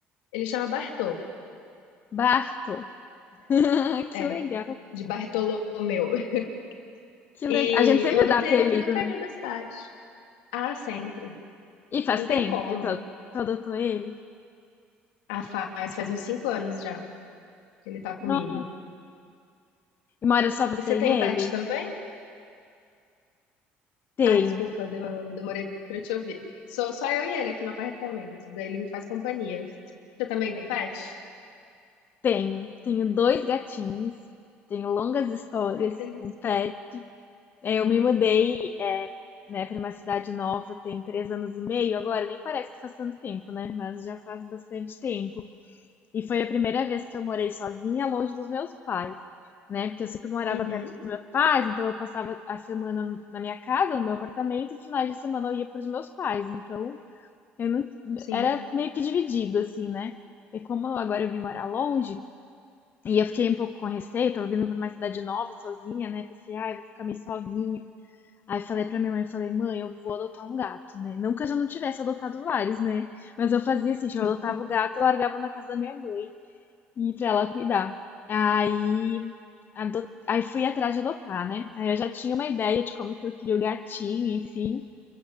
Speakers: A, on the left; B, on the left.
A: Ele chama Bartô.
B: Barto. <laughs> Que
A: É,
B: legal,
A: de Bartolomeu. <laughs>
B: que legal.
A: E
B: A gente sempre
A: eu adotei
B: dá apelido,
A: ele aqui do canil
B: né?
A: da cidade. Ah, sempre.
B: E faz
A: Não tem
B: tempo
A: como.
B: que tu tu adotou ele?
A: Ah, faz, faz uns cinco anos já. Ele tá comigo.
B: Nossa. E mora só você
A: E você tem
B: e ele?
A: pet também?
B: Tenho.
A: Ah, desculpa, deu- eu demorei pra te ouvir. Sou só eu e ele aqui no apartamento. Daí ele me faz companhia. Você também tem pet?
B: Tenho. Tenho dois gatinhos. Tenho longas histórias
A: Ai, que delícia.
B: com pets. É, eu me mudei, é, né, para uma cidade nova tem três anos e meio agora, nem parece que faz tanto tempo, né? Mas já faz bastante tempo. E foi a primeira vez que eu morei sozinha, longe dos meus pais, né? Porque eu sempre morava
A: Uhum,
B: perto dos meus pais, então eu passava a semana na minha casa, no meu apartamento, e finais de semana eu ia para os meus pais. Então eu não
A: sim,
B: era meio que dividido assim, né? E como agora eu vim morar longe, e eu fiquei um pouco com receio, tava vindo para uma cidade nova sozinha, né? Pensei, ah, eu vou ficar meio sozinha. Aí falei pra minha mãe, falei, mãe, eu vou adotar um gato, né? Não que eu já não tivesse adotado vários, né? Mas eu fazia assim, tipo,
A: <laughs>
B: eu adotava o gato, eu largava na casa da minha mãe e pra ela cuidar. Aí, ado... aí fui atrás de adotar, né? Aí eu já tinha uma ideia de como que eu queria o gatinho, enfim.